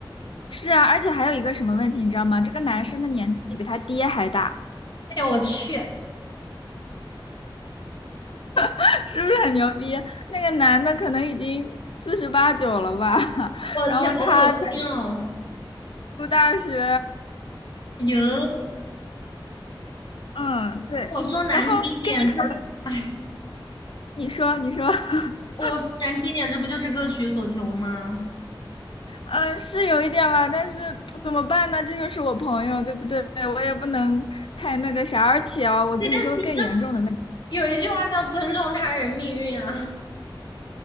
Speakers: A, on the left (about 85°); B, on the left (about 55°).
A: 是啊，而且还有一个什么问题，你知道吗？这个男生的年纪比他爹还大，
B: 哎呦，我去，
A: <laughs> 是不是很牛逼？那个男的可能已经四十八九了吧，<laughs>
B: 我去，
A: 然后他才
B: 好恶心哦！
A: 读大学，
B: 哟，
A: <laughs> 嗯，对，
B: 我说难听一点，
A: 然后跟你讨，
B: 这，哎，
A: 你说，你说。<laughs>
B: 我说难听一点，这不就是各取所求吗？
A: 嗯，是有一点了，但是怎么办呢？这就是我朋友，对不对？我也不能太那个啥。而且啊，我跟你说个更严重的问题。
B: 对，但是你知道有一句话叫尊重他人命运啊，